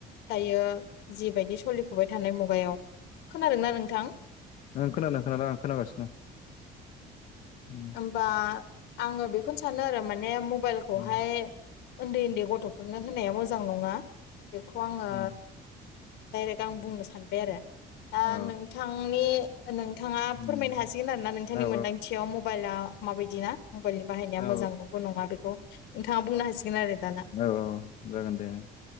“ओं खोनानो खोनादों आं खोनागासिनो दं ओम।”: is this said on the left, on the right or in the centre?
Left